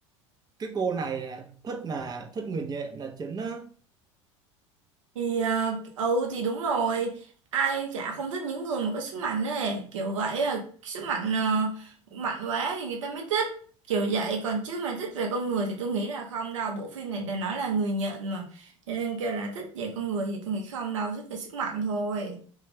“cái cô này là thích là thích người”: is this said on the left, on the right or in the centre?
Right